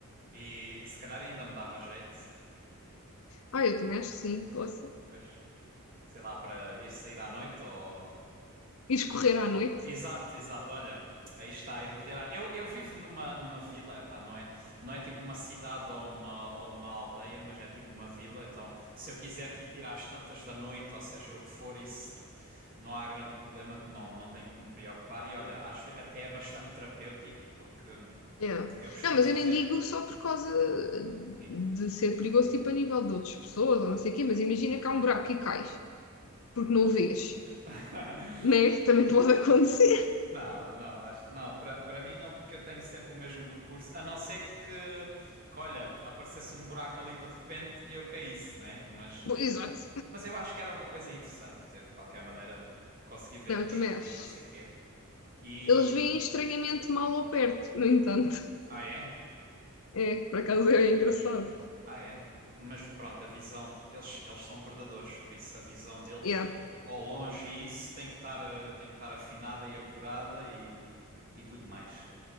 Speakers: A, on the right; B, on the left.
A: e se calhar ainda me dava jeito,
B: Ah, eu também acho que sim, possa.
A: pois, sei lá, para ir sair à noite ou.
B: E escorrer à noite.
A: Exato, exato. Olha, aí está, ir correr. À... Eu, eu vivo numa, numa vila, epá, não é, não é tipo uma cidade ou uma, ou uma aldeia, mas é tipo uma vila. Então, se eu quiser tipo, ir às tantas da noite, ou seja, o que for, isso tipo, não há grande problema que não, não tenho que me preocupar. E olha, às ve- até é bastante terapêutico, porque hum,
B: Yeah.
A: eu costumo
B: Não, mas
A: fazer.
B: eu nem digo só por causa
A: Sim.
B: de ser perigoso, tipo a nível de outras pessoas ou não sei o quê, mas imagina que há um buraco e cais, porque não o vês,
A: <laughs>
B: né? <laughs> Também pode acontecer.
A: Não, não, acho, não, para para mim não, porque eu tenho sempre o mesmo percurso, a não ser que, que, olha, aparecesse um buraco ali de repente e eu caísse, né? Mas,
B: <laughs> Bom, Exato.
A: mas eu acho que era uma coisa interessante ter, de qualquer maneira, conseguir ver
B: Não,
A: no
B: eu
A: escuro
B: também acho.
A: e não sei quê. E,
B: Eles veem estranhamente mal ao perto, no entanto.
A: ah é?
B: É, por acaso
A: Pois,
B: é
A: mas,
B: engraçado.
A: ah é? P- Mas pronto, a visão, eles, eles são predadores, por isso a visão deles
B: Yeah.
A: ao longe e isso tem que estar, eh, tem que estar afinada e apurada e, e tudo mais.